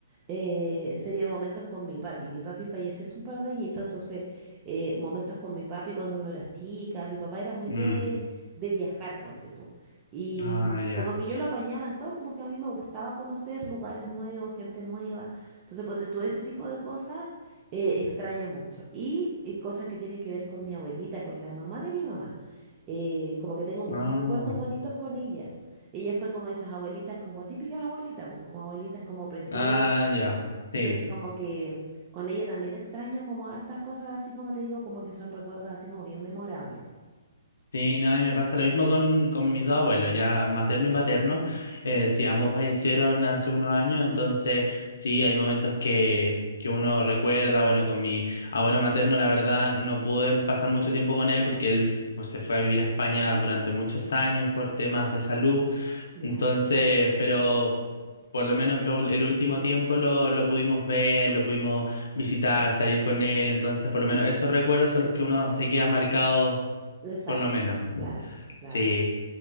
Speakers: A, on the right; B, on the left.
A: eh, sería momentos con mi papi. Mi papi falleció hace un par de añitos, entonces eh, momentos con mi papi cuando uno era chica, mi papá era muy
B: Mm,
A: de, de viajar, ponte tú. Y
B: Ah, ya.
A: como que yo lo apañaba en todo, como que a mí me gustaba conocer lugares nuevos, gente nueva. Entonces, ponte tú, ese tipo de cosas eh, extraño mucho. Y, y cosas que tienen que ver con mi abuelita, con la mamá de mi mamá eh, como que tengo muchos
B: Ah,
A: recuerdos bonitos con ella. Ella fue como de esas abuelitas, como típicas abuelitas, pues, como abuelitas como presentes.
B: ah, ya.
A: Entonces,
B: Sí,
A: como que con ella también extraño como hartas cosas, así como te digo, como que son recuerdos así como bien memorables.
B: sí, no, a mí me pasa lo mismo con, con mis dos abuelos, ya materno y paterno. Eh, sí, ambos fallecieron hace unos años, entonces sí, hay momentos que, que uno recuerda. Bueno, con mi abuelo materno, la verdad, no pude pasar mucho tiempo con él porque él pues, se fue a vivir a España durante muchos años por temas de salud.
A: Ya.
B: Entonces, pero Por lo menos lo ul- el último tiempo lo, lo pudimos ver, lo pudimos visitar, salir con él, entonces por lo menos esos recuerdos son los que uno se queda marcado,
A: Exacto,
B: por lo menos.
A: claro, claro.
B: Sí,